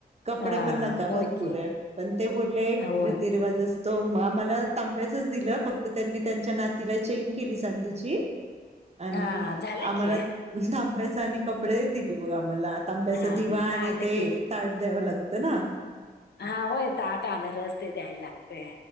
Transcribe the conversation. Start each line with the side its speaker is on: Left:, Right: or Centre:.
Right: कपडे
Left: हा
Right: पण नका भरपूर
Left: होय की
Right: आहे. पण ते बोलले रीती
Left: होय
Right: रीतीरिवाज असतो, मग आम्हाला तांब्याचच दिलं, फक्त त्यांनी त्यांच्या नातीला चेन केली चांदीची. आणि
Left: हा झालं
Right: आम्हाला
Left: की
Right: तांब्याचा आणि कपडे दिले बघ आम्हाला. तांब्याचा
Left: हा
Right: दिवा,
Left: झालं
Right: आणि ते
Left: की
Right: ताट, द्यावं लागतं ना.
Left: हा होय ताटा अनारस ते द्यायला लागत.